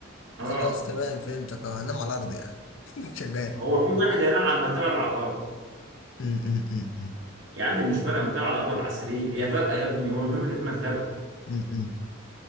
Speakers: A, on the right; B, on the left.
A: اه
B: خلاص تمام فهمتك اه هنام على الارض يعني <laughs> شغال
A: هو في واحد هينام على المرتبه اللي على الارض
B: م- م- م-
A: يا عم مش فارقه مرتبه على الارض ولا على السرير هي فارقه يا ابني هو المهم ان في مرتبه
B: م- م- م.